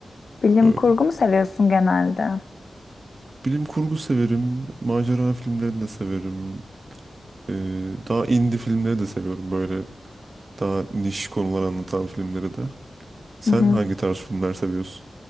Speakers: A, on the left; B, on the right.
A: Bilim
B: öyle.
A: kurgu mu seviyorsun genelde?
B: Bilim kurgu severim, macera filmlerini de severim. Ee, daha indie filmleri de seviyorum böyle daha niş konular anlatan filmleri de. Sen
A: hı hı.
B: hangi tarz filmler seviyorsun?